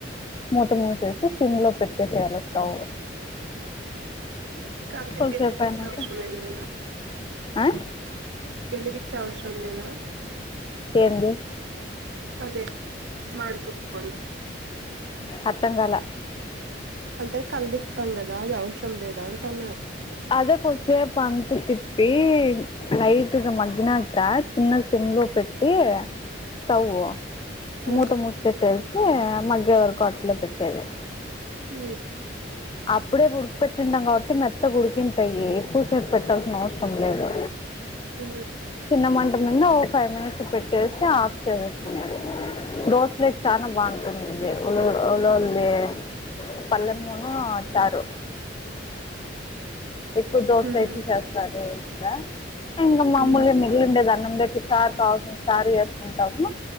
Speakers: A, on the left (about 25°); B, on the right (about 70°).
A: మూత మూసేసి సిమ్ లో పెట్టేసేయాలి స్టవ్
B: కాంతకి
A: కొద్దిసేపు
B: చెప్పి ఇచ్చుడు
A: అయినాక
B: అవసరం లేదు గాదా
A: ఆ
B: వెలిగిచ్చే అవసరం లేదా
A: ఏంది
B: అదే మకో పన్
A: అర్థం కాలా
B: అంటే కలదిపుతాం కదా అది అవసరం లేదా అంట అన్న
A: అద కొసే తిప్పి లైట్గా మ్నా ఇ చిన్న సిమ్ లో పెట్టి స్వ్
B: ఆ
A: మూత మూసి పెట్టే మగ్గ్య వరకు అటలో పెట్టేది
B: ఉ
A: అప్పుడే ఉడికి పెట్టిన్నాం కాబట్టి మెత్త ఉడికింటాయి ఎక్కువసేపు పెట్టాల్సిన అవసరం లేదు
B: ఉ
A: చిన్న మంట ఓ ఫైవ్ మినిట్స్ పెట్టేసి ఆఫ్ చేసుకునేది దోసిలేక్ చాలా బాగుంటుంది ల ఉంది పల్లె మూ ఆ చారు ఎక్కువ దోసలు
B: ఉమ్
A: అయితే చేస్తారు ఇక్కడ ఇంకా మామూలు
B: ఉమ్
A: మిగిలిండేది అన్నం చార్ కావాలి చార్ వేసుకుంటాము